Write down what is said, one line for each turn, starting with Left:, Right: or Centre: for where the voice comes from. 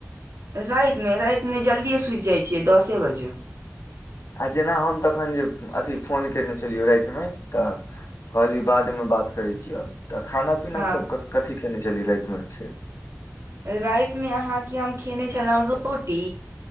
Right: रातिमे रातिमे जल्दिए सुति जाइ छियै दसे बजे
Left: आ जेना हम तखन जे अथि फोन कयने छलियै रातिमे तऽ कहली बाद मे बात करै छियौ तऽ खाना पीना
Right: हँ
Left: सब कथी खने छली राति मे फेर
Right: रातिमे अहाँके हम खेने छलौं रोटी